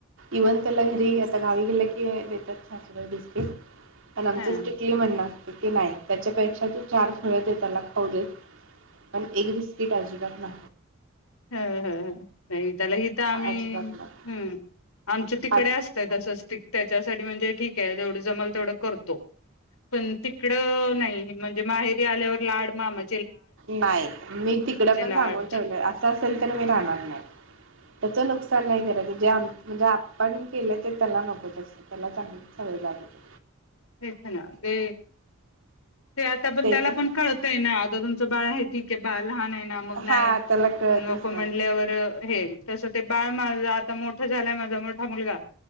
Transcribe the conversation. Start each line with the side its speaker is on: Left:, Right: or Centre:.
Right: इव्हन त्याला घरी येता गावी गेलं की देतात सासुबाई बिस्किट. पण आमचं
Left: ह
Right: स्ट्रीटली म्हणण असत. सुट्टी नाही त्याच्यापेक्षा तू चार फळ दे त्याला खाऊ दे पण एक बिस्कीट अजीबात ना
Left: ह-ह-ह नाही त्याला हित आम्ही
Right: अजिबात नाही
Left: हम आमच तिकडे
Right: पाच
Left: असतय तसंच ती त्याच्यासाठी म्हणजे ठीक तेला जेवढं जमल तेवढं करतो. पण तिकड नाही. म्हणजे माहे ते आल्यावर लाड मामा
Right: नाही मी तिकड पण
Left: लाड
Right: सांगून ठेवलंय असं पण तर मी राहणार नाही. त्याच नुकसान नाही क जे आम म्हणजे आपण केले ते त्याला नको तसं त्याला चांगलीच सवय लागू दे.
Left: तेच ना ते ते आता पण
Right: द्यायचंच
Left: त्याला पण
Right: नाही
Left: कळतय ना आता तुमचं बाळ हायती. ते बाल लहानये ना मग
Right: हा
Left: नाही.
Right: त्याला कळतच
Left: नको
Right: नाही
Left: म्हनल्यावर हे तस ते बाळ माझ आता मो तो झालाय माझा मोठा मुलगा.